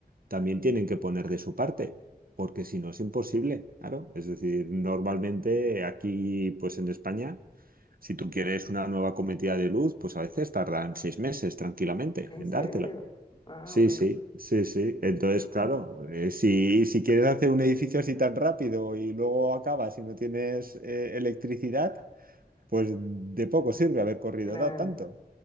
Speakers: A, on the right (about 60°); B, on the left (about 30°).
A: también tienen que poner de su parte, porque si no es imposible, claro. Es decir, normalmente aquí, pues en España, si tú quieres una nueva cometida de luz, pues a veces tardan seis meses tranquilamente
B: en
A: en
B: serio.
A: dártela.
B: Ah,
A: Sí,
B: bueno,
A: sí, sí, sí. Entonces, claro,
B: mi-
A: eh, si, si quieres hacer un edificio así tan rápido y luego acabas y no tienes eh, electricidad, pues de poco sirve haber corrido
B: claro.
A: ta- tanto.